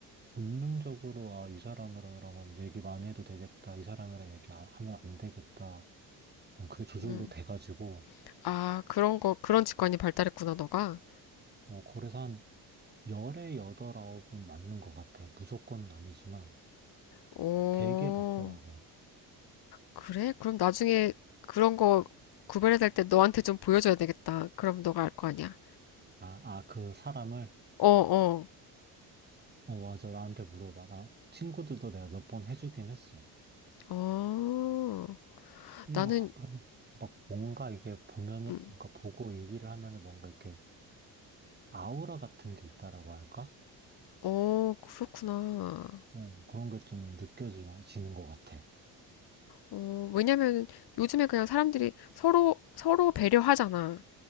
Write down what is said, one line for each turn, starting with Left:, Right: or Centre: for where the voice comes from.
Right: 본능적으로 아, 이 사람이랑은 얘기 많이 해도 되겠다, 이 사람이랑 얘기하면 안 하면 안 되겠다. 그냥 그게 저절로
Left: 음.
Right: 돼가지고,
Left: 아, 그런 거, 그런 직관이 발달했구나, 너가.
Right: 뭐, 그래서 한 열에 여덟 아홉은 맞는 것 같아. 무조건 아니지만
Left: 오,
Right: 되게 맞더라고.
Left: 그래? 그럼 나중에 그런 거 구별해야 될 때 너한테 좀 보여줘야 되겠다. 그럼 너가 알 거 아니야.
Right: 아, 아, 그 사람을,
Left: 어, 어.
Right: 어, 맞아. 나한테 물어봐. 나 친구들도 내가 몇 번 해주긴 했어.
Left: 아,
Right: 이게
Left: 나는,
Right: 막, 막, 막 뭔가 이게 보면은,
Left: 음,
Right: 뭔가 보고 얘기를 하면은 뭔가 이렇게 아우라 같은 게 있다라고 할까?
Left: 어, 그렇구나.
Right: 어, 그런 게 좀 느껴지는 것 같아.
Left: 어, 왜냐면 요즘에 그냥 사람들이 서로, 서로 배려하잖아.